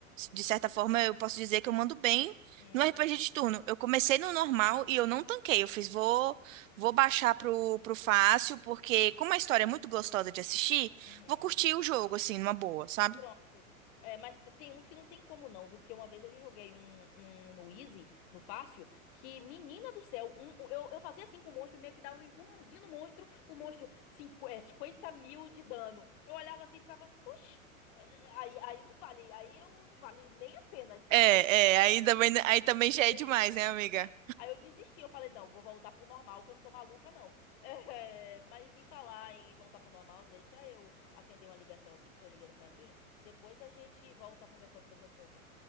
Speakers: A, on the right; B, on the left.
A: de certa forma, eu posso dizer que eu mando bem
B: Hum,
A: no RPG de turno. Eu comecei no normal e eu não tanquei, eu fiz, vou, vou baixar pro, pro fácil, porque como a história é muito gostosa de assistir,
B: uhum.
A: vou curtir o jogo, assim, numa boa, sabe?
B: Pronto. É, mas t- tem uns que não tem como não, viu? Porque uma vez eu já joguei um, um no Easy, no Fácil, que, menina do céu, um, um- eu, eu fazia assim com o monstro, meio que dava um empurrãozinho no monstro, o monstro, cinqu- é, 50 mil de dano. Eu olhava assim e ficava, oxi, é, aí, aí não vale, aí eu não vale nem a pena. Que
A: É,
B: maluquice
A: é, aí
B: é
A: também,
B: essa?
A: aí
B: É,
A: também já é demais, né, amiga?
B: né? Aí eu desisti, eu falei, não, vou voltar pro normal, que eu não sou maluca, não. <laughs> É, mas em falar em voltar pro normal, deixa eu atender uma ligação aqui que estão ligando pra mim. Depois a gente volta a conversar sobre esse assunto.